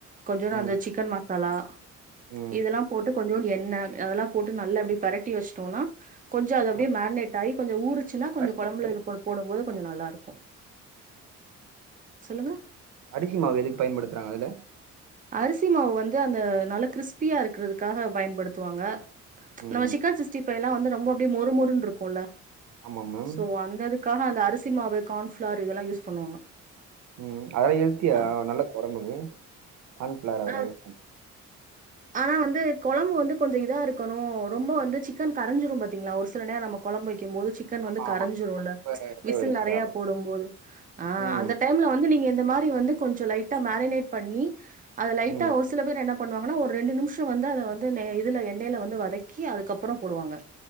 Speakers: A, on the right (about 25°); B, on the right (about 70°).
A: கொஞ்சோடு
B: ம்
A: அந்த சிக்கன் மசாலா
B: ம்
A: இதெல்லா போட்டு கொஞ்சோன்டு எண்ண அதெல்லா போட்டு நல்லா அப்டே பெரட்டி வெஷ்ட்டோன்னா கொஞ்சோ அது
B: ஆ
A: அப்டே மேக்னெட் ஆயி கொஞ்சோ ஊருச்சினா கொஞ்சோ
B: அரிசி
A: கொழம்புல
B: மாவு எதுக்கு
A: இத ப போட போது
B: பயன்படுத்துறாங்க
A: கொஞ்சோ நல்லா இருக்கு சொல்லுங்க
B: அரிசி மாவு எதுக் பயன்படுத்துறாங்க அதுல
A: அரிசி மாவு வந்து அந்த நல்லா கிறிஸ்பியா இருக்குறதுக்காக பயன்படுத்துவாங்க
B: ம்
A: நம்ம சிக்கன் சிஸ்டிஃபைலா வந்து ரொம்ப அப்டே மொறு மொறுன்ருக்குல்ல
B: ஆமா மேம்
A: சோ அந்ததுக்காக அந்த அரிசி மாவு கான்ஃப்ளார் இதெல்லா யூஸ் பண்ணுவாங்க
B: ம் அதெல்லா எல்தியா
A: ஆ
B: நல்ல கொரம்புக்கு கான்ஃப்ளார் அதெல்லா
A: ஆ
B: யூஸ் பன்
A: ஆனா வந்து கொழம்பு வந்து கொஞ்சோ இதா இருக்கணு ரொம்ப வந்து சிக்கன் கரஞ்சிரும் பாத்தீங்ளா ஒரு சில நேர நம்மக் கொழம்பு வைக்கு மோது சிக்கன் வந்து
B: ஆமா
A: கரஞ்சிருல்ல
B: ஆமா இப்ப இப்ப
A: விசில்
B: வேஸ்டா
A: நெறையா போடு போது ஆ
B: ம்
A: அந்தக் டைம்ல வந்து நீங்க இந்த மாரி வந்து கொஞ்சோ லைட்டா மேரினேட் பண்ணி அத லைட்டா
B: ம்
A: ஒரு சில பேர் என்ன பன்னுவாங் கனா ஒரு ரெண்டு நிம்ஷோ வந்து அத வந்து நே இதுல எண்ணெய்ல வந்து வதக்கி அதுக்கப்பறோ போடுவாங்க